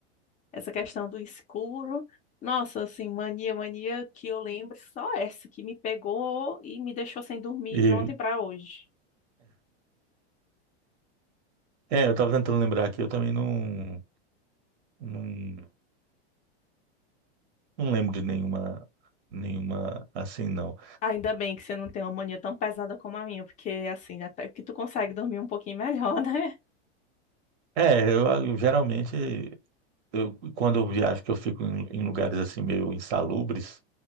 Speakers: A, on the left; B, on the right.
A: essa questão do escuro, nossa, assim, mania, mania que eu lembro, só essa que me pegou e me deixou sem dormir
B: E,
A: de ontem pra hoje.
B: é, eu estava tentando lembrar aqui, eu também não, não, não lembro de nenhuma, nenhuma assim, não.
A: Ainda bem que você não tem uma mania tão pesada como a minha, porque assim, até que tu consegue dormir um pouquinho melhor, <laughs> né?
B: É, eu, eu geralmente, eu, quando eu viajo, que eu fico em, em lugares assim meio insalubres,